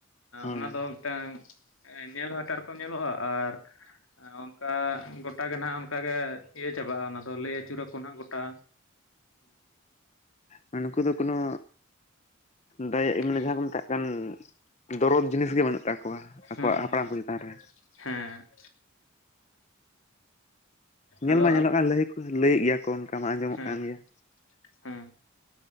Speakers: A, on the left (about 30°); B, on the left (about 70°).
A: ᱦᱳᱭ
B: ᱚᱱᱟ ᱫᱚ ᱢᱤᱫᱴᱟᱝ ᱧᱮᱞ ᱦᱚ ᱮᱴᱟᱜ ᱨᱚᱠᱚᱢ ᱧᱮᱞᱚᱜ-ᱟ᱾ ᱟᱨ ᱚᱱᱠᱟ ᱜᱚᱴᱟ ᱜᱮ ᱱᱟᱜ-ᱟ ᱚᱱᱠᱟ ᱜᱮ ᱤᱭᱟᱹ ᱪᱟᱵᱟᱜ-ᱟ ᱚᱱᱟ ᱫᱚ ᱞᱟᱹᱭ ᱟᱹᱪᱩᱨᱟᱠᱚ ᱱᱟᱜ ᱜᱚᱴᱟ᱾
A: ᱦᱳᱭ ᱱᱩᱠᱩ ᱫᱚ ᱠᱳᱱᱳ ᱫᱟᱭ ᱢᱟᱱᱮ
B: ᱦᱩᱸ
A: ᱡᱟᱦᱟᱸ ᱠᱚ ᱢᱮᱛᱟᱜ ᱜᱟᱱ ᱫᱚᱨᱚᱫ ᱡᱤᱱᱤᱥ ᱜᱮ ᱵᱟᱹᱱᱩᱜ ᱛᱟᱠᱚᱣᱟ ᱟᱠᱚᱣᱟᱜ
B: ᱦᱩᱸ
A: ᱦᱟᱯᱲᱟᱢ
B: ᱦᱩᱸ
A: ᱠᱚ ᱪᱮᱛᱟᱱ ᱨᱮ᱾
B: ᱦᱮᱸ,
A: ᱧᱮᱞ
B: ᱟᱫᱚ
A: ᱢᱟ ᱧᱮᱞᱚᱜ ᱠᱟᱱᱟ ᱞᱟᱹᱭ ᱞᱟᱹᱭᱮᱜ ᱜᱮᱭᱟ ᱠᱚ ᱚᱱᱠᱟ ᱢᱟ᱾ ᱟᱸᱡᱚᱢᱚᱜ
B: ᱦᱩᱸ
A: ᱠᱟᱱ
B: ᱦᱩᱸ
A: ᱜᱮᱭᱟ
B: ᱦᱩᱸ᱾